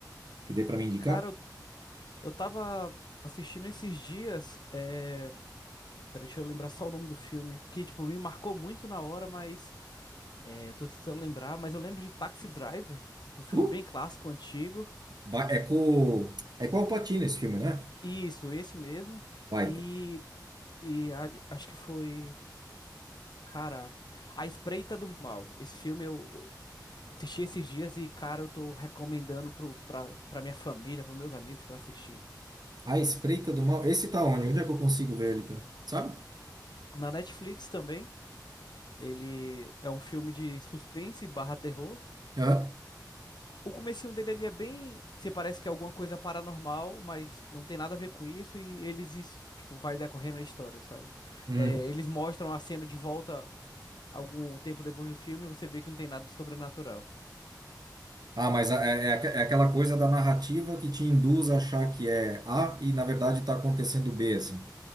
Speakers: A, on the right (about 65°); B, on the left (about 75°).
A: que dê para me indicar?
B: Cara, eu, eu tava assistindo esses dias. É... Peraí, deixa eu lembrar só o nome do filme. Que, tipo, me marcou muito na hora, mas. É, eu tô tentando lembrar, mas eu lembro de Taxi Driver, um filme
A: Uh,
B: bem clássico, antigo.
A: ba- é com é com o Al Pacino esse filme, né?
B: E Isso, esse mesmo.
A: Baita.
B: E. E a- acho que foi. Cara. A Espreita do Mal. Esse filme eu assisti esses dias e, cara, eu tô recomendando pro, pra, pra minha família, pros meus amigos pra assistir.
A: A Espreita do Mal. Esse tá onde? Onde é que eu consigo ver ele, cara? Sabe?
B: Na Netflix também, ele é um filme de suspense barra terror.
A: Aham.
B: O comecinho dele ali é bem, se parece que é alguma coisa paranormal, mas não tem nada a ver com isso e eles, es- tipo, vai decorrendo a história, sabe?
A: Uhum.
B: É, eles mostram a cena de volta algum tempo depois do filme e você vê que não tem nada de sobrenatural.
A: Ah, mas a- é, é aque- é aquela coisa da narrativa que te induz a achar que é A e, na verdade, tá acontecendo B, assim.